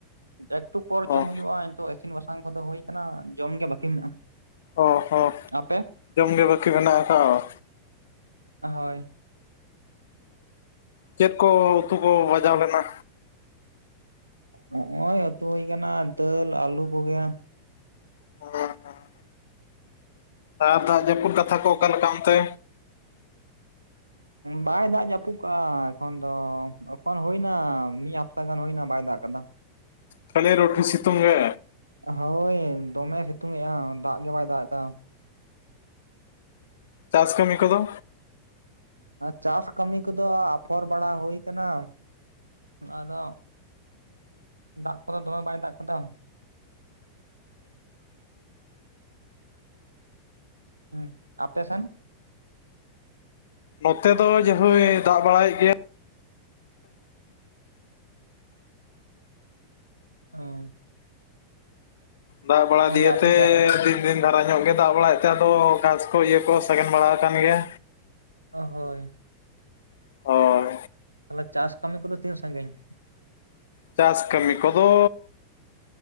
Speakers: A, on the right (about 85°); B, on the left (about 60°).
A: ᱮᱠᱴᱩ ᱯᱚᱨ
B: ᱚ
A: ᱡᱚᱢ ᱦᱩᱭᱩᱜᱼᱟ <unintelligible> ᱤᱥᱤᱱ ᱵᱟᱥᱟᱝ ᱠᱚ ᱫᱚ ᱦᱳᱭ ᱠᱟᱱᱟ ᱡᱚᱢ ᱜᱮ ᱵᱟᱠᱤ ᱢᱮᱱᱟᱜᱼᱟ᱾
B: ᱚ ᱦᱚᱸ
A: ᱟᱯᱮ
B: ᱡᱚᱢ ᱜᱮ ᱵᱟᱹᱠᱤ ᱢᱮᱱᱟᱜ ᱠᱟᱜᱼᱟ ᱵᱟᱼᱼ
A: ᱦᱚᱭ
B: ᱪᱮᱫ ᱠᱚ ᱩᱛᱩ ᱠᱚ ᱵᱟᱡᱟᱣ ᱞᱮᱱᱟ?
A: ᱦᱚᱸᱜᱼᱚᱭ ᱟᱹᱛᱩ ᱦᱩᱭ ᱠᱟᱱᱟ ᱫᱟᱹᱞ ᱟᱹᱞᱩ ᱠᱚ ᱜᱮ᱾
B: <unintelligible> ᱟᱨ ᱫᱟᱜ ᱡᱟᱹᱯᱩᱫ ᱠᱟᱛᱷᱟ ᱠᱚ ᱚᱠᱟ ᱞᱮᱠᱟ ᱚᱱᱛᱮ?
A: ᱵᱟᱭ ᱫᱟᱜ ᱡᱟᱹᱯᱩᱫ ᱠᱟᱜᱼᱟ ᱮᱠᱷᱚᱱ ᱫᱚ, ᱮᱠᱷᱚᱱ ᱦᱩᱭᱱᱟ ᱢᱤᱫ ᱦᱟᱯᱛᱟ ᱜᱟᱱ ᱦᱩᱭᱱᱟ ᱵᱟᱭ ᱫᱟᱜ ᱠᱟᱫᱟ᱾
B: ᱠᱷᱟᱹᱞᱤ ᱨᱚᱴᱤ ᱥᱤᱛᱩᱝ ᱜᱮ᱾
A: ᱦᱳᱭ ᱫᱚᱢᱮ ᱥᱤᱛᱩᱝ ᱮᱜᱼᱟ ᱫᱟᱜ ᱜᱮ ᱵᱟᱭ ᱫᱟᱜ ᱫᱟ᱾
B: ᱪᱟᱥ ᱠᱟᱹᱢᱤ ᱠᱚ ᱫᱚ?
A: ᱪᱟᱥ ᱠᱟᱹᱢᱤ ᱠᱚ ᱫᱚ ᱟᱯᱷᱚᱨ ᱵᱟᱲᱟ ᱦᱩᱭ ᱠᱟᱱᱟ ᱟᱫᱚ ᱫᱟᱜ ᱠᱚ ᱫᱚ ᱫᱚᱢᱮ ᱵᱟᱭ ᱫᱟᱜ ᱠᱟᱫᱟ᱾ ᱦᱩᱸ ᱟᱯᱮ ᱥᱮᱱ?
B: ᱱᱚᱛᱮ ᱫᱚ ᱡᱟ ᱦᱳᱭ ᱫᱟᱜ ᱵᱟᱲᱟᱭ ᱮᱫ ᱜᱮᱭᱟ᱾
A: ᱦᱩᱸ
B: ᱫᱟᱜ ᱵᱟᱲᱟ
A: ᱛᱟᱦᱚᱞᱮ
B: ᱫᱤᱭᱮ
A: ᱟᱯᱮ
B: ᱛᱮ <unintelligible>
A: ᱪᱟ
B: ᱫᱤᱱ ᱫᱷᱟᱨᱟ ᱧᱚᱜ ᱜᱮ ᱫᱟᱜ ᱵᱟᱲᱟᱭ ᱮᱫ ᱛᱮ ᱟᱫᱚ ᱜᱷᱟᱥ ᱠᱚ ᱤᱭᱟᱹ ᱠᱚ ᱥᱟᱜᱮᱱ ᱵᱟᱲᱟ ᱟᱠᱟᱱ ᱜᱮᱭᱟ᱾
A: ᱚ ᱦᱳᱭ
B: ᱦᱳᱭ
A: ᱛᱟᱦᱚᱞᱮ ᱪᱟᱥ ᱠᱟᱹᱢᱤ ᱠᱚ ᱫᱚ ᱛᱤᱱ ᱥᱟᱺᱜᱤᱧ?
B: ᱪᱟᱥ ᱠᱟᱹᱢᱤ ᱠᱚ ᱫᱚ